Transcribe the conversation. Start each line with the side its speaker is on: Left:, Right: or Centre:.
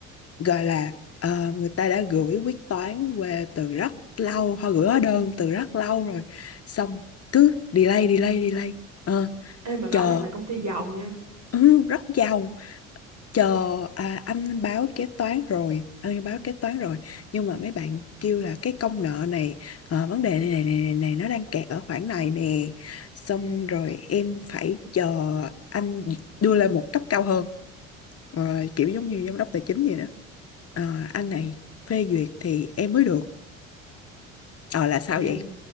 Left: gọi là ờ, người ta đã gửi quyết toán về từ rất lâu họ gửi hóa đơn từ rất lâu rồi xong cứ delay delay delay Ờ,
Right: ê mà rõ
Left: chờ
Right: ràng là công ty giàu nha
Left: Ừ, rất giàu chờ à, anh báo kế toán rồi anh báo kế toán rồi nhưng mà mấy bạn kêu là cái công nợ này ờ, vấn đề này này, này này này nó đang kẹt ở khoản này nè xong rồi em phải chờ anh đưa lên một cấp cao hơn Ờ, kiểu giống như giám đốc tài chính vậy đó Ờ, anh này phê duyệt thì em mới được ờ là sao
Right: ê
Left: vậy